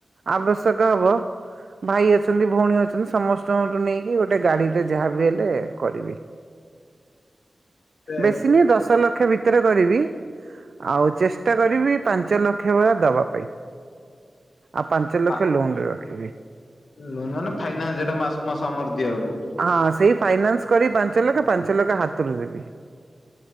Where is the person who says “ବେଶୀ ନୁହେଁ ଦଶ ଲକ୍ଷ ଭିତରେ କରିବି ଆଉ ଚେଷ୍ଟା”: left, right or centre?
Right